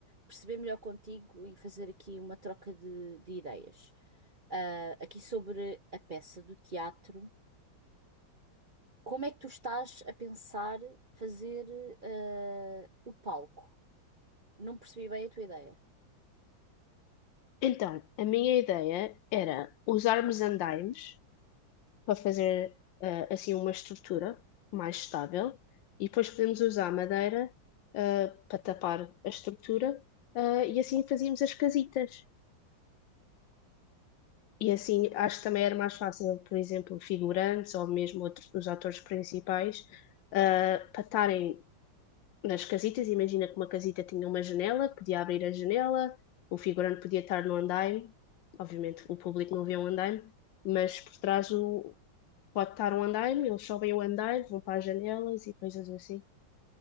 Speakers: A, on the right; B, on the left.
A: perceber melhor contigo e fazer aqui uma troca de, de ideias. Ah, aqui sobre a peça do teatro. Como é que tu estás a pensar fazer eh, o palco? Não percebi bem a tua ideia.
B: Então, a minha ideia era usarmos andaimes para fazer ah, assim uma estrutura mais estável e depois podemos usar madeira ah, para tapar a estrutura ah, e assim fazíamos as casitas. E assim acho que também era mais fácil, por exemplo, figurantes ou mesmo outros, os atores principais ah, para estarem nas casitas, imagina que uma casita tinha uma janela, podia abrir a janela, um figurante podia estar no andaime, obviamente o público não vê um andaime, mas por trás o- pode estar um andaime, eles sobem o andaime, vão para as janelas e coisas assim.